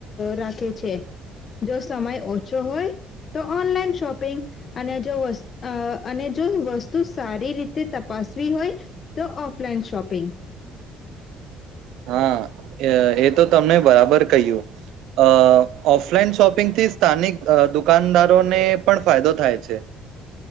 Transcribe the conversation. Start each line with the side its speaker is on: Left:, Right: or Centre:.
Left: રાખે છે જો સમય ઓછો હોય તો ઓનલાઈન શોપિંગ અને જો અને જો વસ્તુ સારી રીતે તપાસવી હોય તો ઓફલાઈન શોપિંગ
Right: હા એ તો તમને બરાબર કહ્યું ઓફલાઈન શોપિંગ થી સ્થાનિક દુકાનદારોને પણ ફાયદો થાય છે.